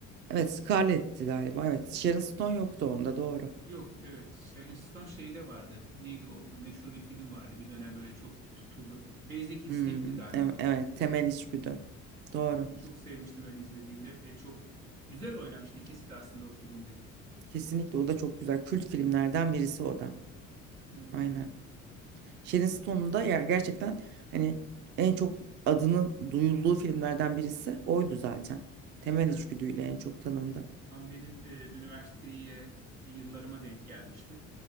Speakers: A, on the right; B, on the right.
A: Evet Scarlett'ti galiba. Evet Sharon Stone yoktu onda doğru.
B: Yok evet Sharon Stone şeyde vardı. Neydi o meşhur bir film vardı. Bir dönem böyle çok tutuldu. Basic Instinct'ti
A: Hmm,
B: galiba.
A: ev- evet temel içgüdü. Doğru.
B: Onu çok sevmiştim ben izlediğimde. E, çok güzel oynamıştı ikisi de aslında o filmde.
A: Kesinlikle o da çok güzel. Kült filmlerden birisi o da.
B: Evet
A: Aynen.
B: evet.
A: Sharon Stone'un da ya- gerçekten hani en çok adının duyulduğu filmlerden birisi oydu zaten. Temel
B: Evet.
A: içgüdüyle en çok tanındı.
B: Tam benim e, üniversiteye yıllarıma denk gelmişti.